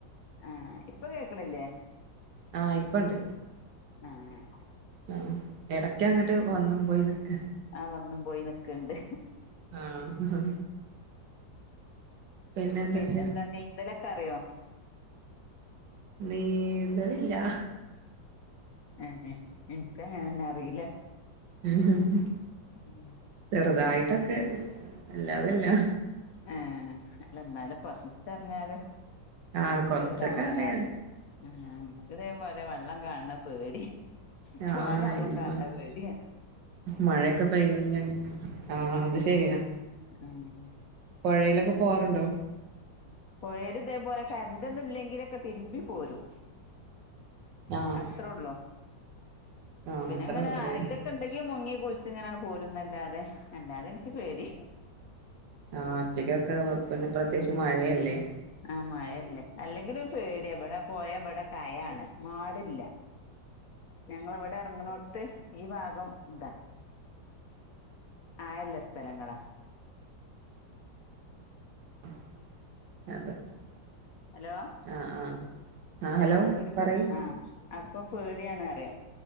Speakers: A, on the left; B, on the right.
A: ആഹ് ഇപ്പ കേക്കണ്ല്ലേ
B: ആഹ് ഇപ്പണ്ട്
A: ഉം
B: ആഹ് എടയ്ക്കങ്ങോട്ട് വന്നും പോയിനി ക്ക
A: ആഹ് വന്നും പോയി നിക്ക്‌ണ്ട്
B: ആഹ് അഹ് പിന്നെ എന്തൊക്കെയാ
A: പിന്നെന്താ നീന്തലൊക്കെറിയോ
B: നീന്തലില്ല
A: ഏഹ്ഇൻക്ക്ങ്ങനെന്നെ അറിയില്ല
B: ഉംഹ് ഉം
A: ഉംഹ് ഉംഹ്
B: ചെറുതായിട്ടൊക്കെ ല്ലാതല്ല
A: ഏഹ് ല്ല എന്നാലും കൊറിച്ചീ ച്ചറിഞ്ഞാാല്
B: ആഹ് കൊറച്ചൊക്കെ
A: ഒരുസമാധാന
B: അറിയാം
A: ആഹ് വടതേപോലെ വെള്ളം കാണണ പേടി തോന
B: ആഹ്
A: വെള്ളം
B: ഇനി
A: കാണണ
B: മ
A: പേടിയ
B: മഴയൊക്കെ പെയതഞ്ഞ ആഹ അത് ശരിയാ
A: ഉംഹ്
B: പൊയലൊക്കെ പോകാറുണ്ടോ
A: പൊയെല്തേപോലെ കരണ്ടൊന്നും ഇല്ലെങ്കിലൊക്കെ തിരുമ്പി പോരും
B: ആഹ്
A: അത്രൊള്ളൂ
B: ആഹ്
A: പിന്നെങ്ങനെ
B: അത്രോള്ളുലേ
A: ആരെങ്കിലൊക്കെ ഇണ്ടെങ്കി മുങ്ങി കുളിച്ച്ങ്ങനെ പോരുന്നല്ലാതെ അല്ലാതെ എനിക്ക് പേടി
B: ആഒറ്റക്കൊക്കെ അപന്നെ പ്രത്യേകിച്ച് മഴല്ലേ
A: ആഹ മയല്ലേ അല്ലെങ്കിലും പേടിയ വിടെ പൊയ വിടെ കയാണ് മാടില്ല ഞങ്ങളവിടെറങ്ങണോട്ത്ത് ഈ ഭാഗം ന്താ ആയല്ല സ്ഥലങ്ങള
B: <unintelligible>
A: ഹലോ
B: ആഹ് ആഹ് ആഹ് ഹലോ
A: അപ്പൊ ഒരു
B: പറയ്
A: പ ആ അപ്പം പേടിയാണ് റിയാ